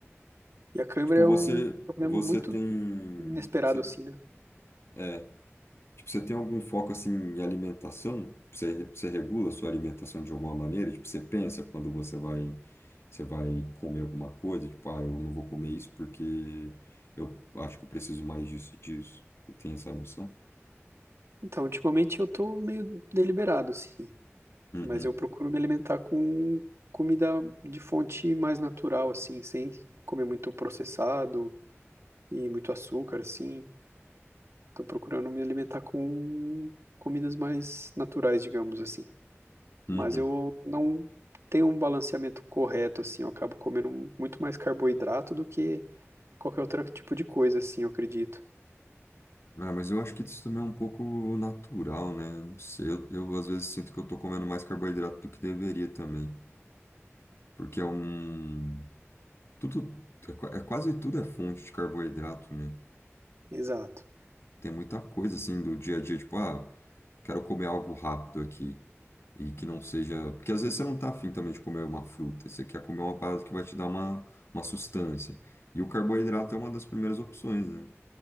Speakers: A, on the right (about 65°); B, on the left (about 60°).
A: E a cãibra
B: Tipo,
A: é
B: você,
A: um problema
B: você
A: muito
B: tem.
A: inesperado,
B: Você,
A: assim, né?
B: é, Tipo, você tem algum foco assim em alimentação? Você, você regula a sua alimentação de alguma maneira? Tipo, você pensa quando você vai você vai comer alguma coisa? Tipo, ah, eu não vou comer isso porque eu acho que eu preciso mais disso e disso. Você tem essa noção?
A: Então, ultimamente eu tô meio deliberado, assim.
B: Uhum,
A: Mas eu procuro me alimentar com comida de fonte mais natural, assim, sem comer muito processado e muito açúcar, assim. Tô procurando me alimentar com comidas mais naturais, digamos assim.
B: uhum.
A: Mas eu não tenho um balanceamento correto, assim. Eu acabo comendo muito mais carboidrato do que qualquer outro tipo de coisa, assim, eu acredito.
B: Ah, mas eu acho que isso também é um pouco natural, né? Não sei, eu, eu às vezes sinto que eu tô comendo mais carboidrato do que deveria também. Porque é um... Tudo... É, qua- é quase tudo é fonte de carboidrato, né?
A: Exato.
B: Tem muita coisa assim do dia a dia, tipo, ah, quero comer algo rápido aqui. E que não seja. Porque às vezes você não tá afim também de comer uma fruta, você quer comer uma parada que vai te dar uma, uma sustância. E o carboidrato é uma das primeiras opções, né?